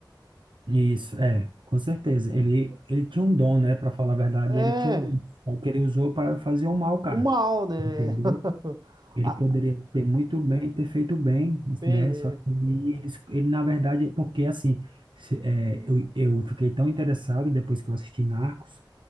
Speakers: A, on the right; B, on the right.
A: Isso, é, com certeza, ele, ele tinha um dom, né, para falar a verdade,
B: É,
A: ele tinha um dom, só que ele usou para fazer o mal, cara.
B: o mal, né?
A: entendeu?
B: <laughs>
A: Ele
B: Ah,
A: poderia ter muito bem, ter feito bem,
B: bem,
A: né?
B: né?
A: Só que eles, ele, na verdade, é porque assim, se- é, eu, eu fiquei tão interessado depois que eu assisti Narcos,